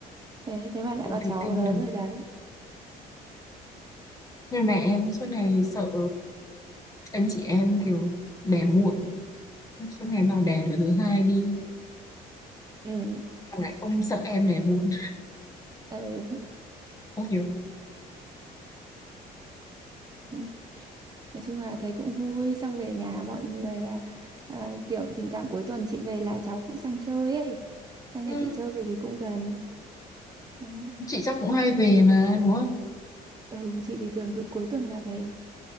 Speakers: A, on the right; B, on the left.
A: thế thế mà đã
B: không
A: có
B: thể
A: cháu
B: tin
A: lớn
B: được
A: rồi đấy
B: nhưng mẹ em suốt ngày sợ anh chị em kiểu đẻ muộn suốt ngày bảo đẻ đứa thứ hai đi
A: ừ
B: mà lại không sợ em đẻ muộn
A: ừ
B: không hiểu
A: <laughs> nói chung là thấy cũng vui xong về nhà mọi người là à, kiểu thỉnh thoảng cuối tuần chị về là cháu cũng sang chơi ấy sang
B: Ừm,
A: nhà chị chơi bởi vì cũng gần đấy
B: chị chắc cũng hay về mà đúng không
A: ừ chị thì thường cứ cuối tuần là về